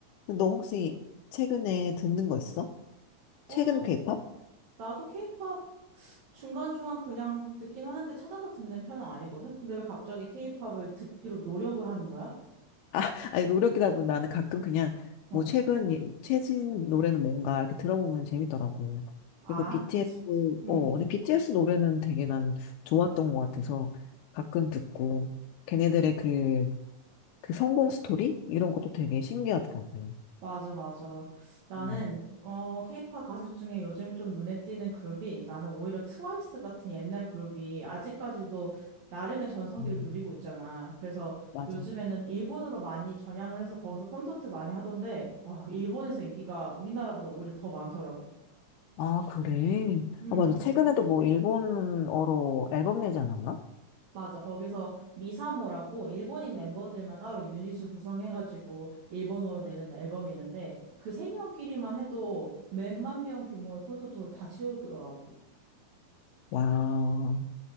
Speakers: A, on the left; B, on the right.
A: 근데 너 혹시 최근에 듣는 거 있어?
B: 어,
A: 최근 케이팝?
B: 나도 케이팝 중간중간 그냥 듣긴 하는데 찾아서 듣는 편은 아니거든? 근데 왜 갑자기 케이팝을 듣기로 노력을 하는 거야?
A: 아, 아니, 노력이다 보면 나는 가끔 그냥,
B: 어.
A: 뭐, 최근, 예- 최신 노래는 뭔가 이렇게 들어보면 재밌더라고.
B: 아,
A: 그리고 BTS,
B: 그치, 그치. 음.
A: 어, 근데 BTS 노래는 되게 난 좋았던 것 같아서 가끔 듣고, 걔네들의 그, 그 성공 스토리? 이런 것도 되게 신기하더라고.
B: 맞아, 맞아. 나는,
A: 음,
B: 어, 케이팝 가수 중에 요즘 좀 눈에 띄는 그룹이 나는 오히려 트와이스 같은 옛날 그룹이 아직까지도 나름의 전성기를
A: 음,
B: 누리고 있잖아. 그래서
A: 맞아.
B: 요즘에는 일본으로 많이 전향을 해서 거기서 콘서트 많이 하던데, 어, 일본에서 인기가 우리나라보다 오히려 더 많더라고.
A: 아, 그래.
B: 음,
A: 아, 맞아. 최근에도 뭐, 일본어로 앨범 내지 않았나?
B: 맞아. 거기서 미사모라고 일본인 멤버들만 따로 유닛을 구성해가지고 일본어로 내는 앨범이 있는데 그 세 명끼리만 해도 몇만 명 규모의 콘서트홀 다 채우더라고.
A: 와,